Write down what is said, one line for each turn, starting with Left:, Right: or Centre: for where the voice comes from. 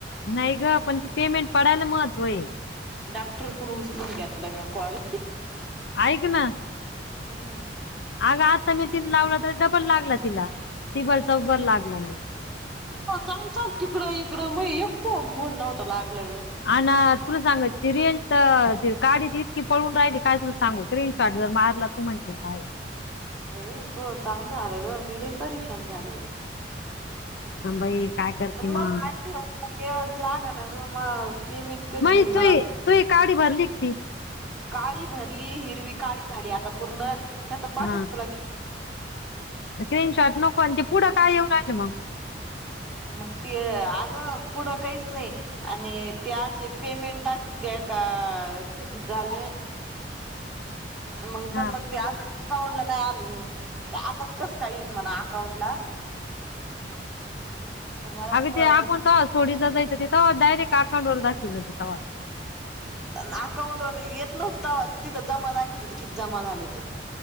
Left: नाही ग, पण ते पेमेंट पडायला महत्त्व ये.
Centre: डॉक्टर कडुन उचलून घेतला म्या कॉल.
Left: ऐक ना.
Centre: हम्म.
Left: अग आता मी तिला लावलं तरी डबल लागला तिला, टिबल-चौबल लागला मंग.
Centre: हो चांग चाल तिकडं-इकडं, मयी एक पण फोन नव्हता लागला ग.
Left: अन तुला सांगती रेंज तर ती काडी इतकी पळून राहिली, काय तुला सांगू स्क्रीन स्टार्ट जर मारला तर तु म्हणशील काय हे.
Centre: बई तुअ चांगल झाला ग, मी लय परेशान झाली इक
Left: हम्म बाई काय करते
Centre: पण
Left: मग
Centre: मला ऐक ना, <inaudible> लाग ना ग मग पेमेंट? कधी
Left: म्हजी
Centre: येईन मला
Left: तूई,
Centre: आता.
Left: तूई काडी भरली का ती.
Centre: काळी भरली, हिरवी काळी झाली आता पूर्ण, त्याचा पाठवु
Left: हा
Centre: का तुला
Left: स्क्रीनशॉट नको, अन ते पुढं काय येऊ राहिल मंग?
Centre: मग ते अगं पुढं काहीच नाही. आणि ते असे पेमेंट दाखीवत्या का, किती झाल?
Left: <unintelligible>
Centre: मंग पण
Left: हा
Centre: मंग ते आज अकाउंटला नाही आलं, आताच कस का येईल म्हणा अकाउंटला पण मलाच
Left: अग
Centre: म
Left: ते आपण
Centre: मी
Left: कवा सोडित जाय ते तवा डायरेक्ट अकाउंटवर दाखवीत जा तवा.
Centre: अन अकाउंटवर येत नव्हत तवाच तिथ जमा दाखवीत होत, किती जमा झालेत.